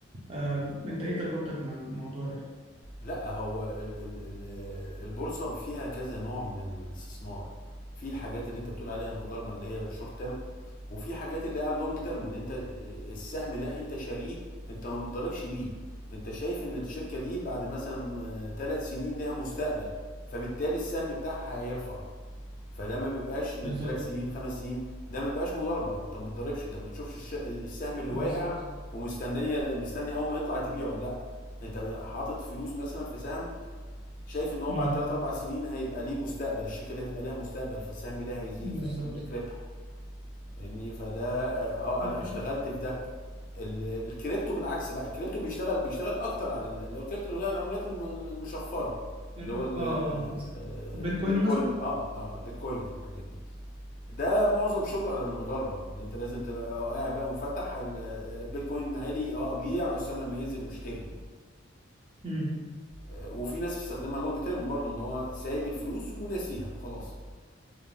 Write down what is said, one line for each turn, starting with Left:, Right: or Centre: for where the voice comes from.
Right: آه، انت ايه تجربتك مع الموضوع ده
Left: لا هو ال ال ال البورصه فيها كذا نوع من الاستثمار في الحاجات اللي انت بتقول عليها المضاربه اللي هي شورت تيرم وفي حاجات اللي هي على اللونج تيرم ان انت السهم ده انت شاريه انت ما بتضربش بيه انت شايف ان الشركه دي بعد مثلا ثلاث سنين ليها مستقبل فبالتالي السهم بتاعها هيرفع فده ما بيبقاش من
Right: بالظبط
Left: ثلاث سنين خمس سنين ده ما بيبقاش مضاربه انت ما بتضربش انت ما بتشوفش الش... السهم اللي واقع
Right: بالظبط
Left: ومستنيه مستني اول ما يطلع تبيعه لا انت حاطط فلوس مثلا في سهم شايف ان هو
Right: امم
Left: بعد 3 4 سنين هيبقى ليه مستقبل الشركه دي هتبقى ليها مستقبل فالسهم ده هيزيد
Right: بالظبط
Left: فيعمل لك ربح فاهمني فده اه آه،
Right: اه
Left: انا اشتغلت في ده ال- الكريبتو بالعكس بقى الكريبتو بيشتغل بيشتغل اكتر على ال- اللي هو الكريبتو اللي هو العملات الم- المشفره
Right: اه
Left: اللي هو ال-
Right: آه،
Left: آه،
Right: بيتكوين
Left: البيتكوين
Right: مثلا
Left: اه اه البيتكوين والحاجات دي ده معظم شغله على المضاربه ان انت لازم تبقى قاعد بقى ومفتح ال- البيتكوين عالي اه ابيع استنى لما ينزل واشتري
Right: مم.
Left: آه، وفي ناس بتستخدمها لونج تيرم برضو ان هو سايب الفلوس وناسيها خلاص